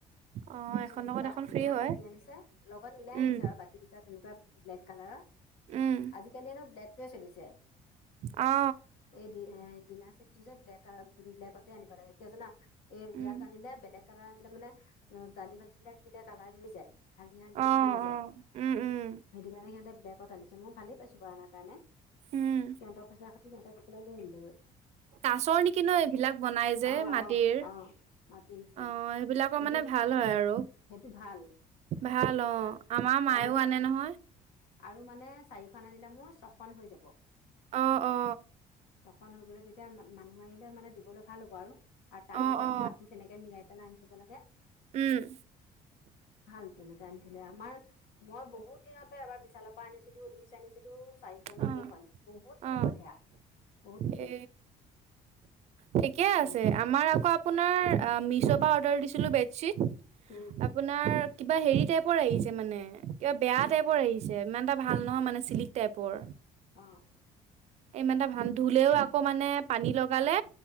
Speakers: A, on the right; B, on the left.
A: অ
B: তাৰপিছত
A: এখন
B: দুটা
A: লগত এখন
B: দুটা
A: ফ্ৰী হয়
B: বাতি আনিছে লগত মিলাই আনিছে
A: উম
B: আৰু বাতি দুটা তেনেকুৱা ব্লেক কালাৰৰ
A: উম
B: আজিকালি ন ব্লেকটোৱে চলিছে
A: অ
B: এই দি এই দিনাৰ চছেটটো যে ব্লেক আৰু ব্লেকতে আনিব লাগে কিয় জানা এ ইয়াত
A: উম
B: আনিলে বেলেগ কালাৰ আনিলে মানে দালি ভাজি বিলাক দিলে কালাৰ ধৰি যায় হালধিয়া হালধিয়া
A: অ
B: নিচিনা হৈ
A: অ
B: যায়
A: উম উম
B: সেইটো কাৰণে সিহঁতে বেল্কত আনিছেই ভালেই পাইছো বাৰু আনা কাৰণে
A: উম
B: সিহঁতৰ পইচা সাতি সিহঁতে গ পেলাই লৈ আনিলেগৈ
A: কাছৰ নেকি ন এইবিলাক বনাই যে
B: অ
A: মাটিৰ
B: অ
A: অ
B: অ মাটিৰ নিচিনা
A: সেইবিলাকৰ
B: কিন্তু
A: মানে ভাল ভাল হয় আৰু
B: সেইটো ভাল
A: ভাল
B: এতিয়া
A: অ আমাৰ মায়েও
B: আৰু
A: আনে নহয়
B: আৰু মানে চাৰিখন আনিলে মোৰ ছখন হৈ যাব
A: অ অ
B: ছখন হৈ গলে তেতিয়া মানুহ আহিলে মানে দিবলৈ ভাল হ'ব আৰু আৰু তাৰ
A: অ
B: লগত
A: অ
B: বাতি তেনেকে মিলাই পেলাই আনি থব লাগে
A: উম
B: ভাল তেনেকে আনি থলে আমাৰ মই বহুত দিনতে এবাৰ বিশালৰ পৰা আনিছিলো ডিচ আনিছিলো চাৰি খন নে
A: অ
B: কেইখন বহুত দিন
A: অ
B: গ'ল সেয়া বহুত দিন
A: এ
B: গ'ল
A: ঠিকে
B: তেনেকে
A: আছে আমাৰ আকৌ আপোনাৰ মিছ' পৰা অৰ্ডাৰ দিছিলো বেডশ্বীট
B: উম
A: আপোনাৰ কিবা হেৰি টাইপৰ আহিছে মানে কিবা বেয়া
B: তেনেকুৱা
A: টাইপৰ আহিছে ইমান এটা ভাল নহয় মানে চিল্ক টাইপৰ
B: অ
A: ইমান এটা ভাল ধুলেও আকৌ মানে পানী লগালে